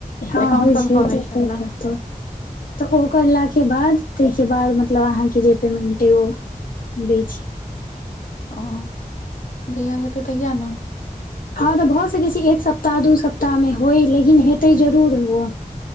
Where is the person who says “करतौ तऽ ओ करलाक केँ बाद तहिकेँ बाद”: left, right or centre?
Left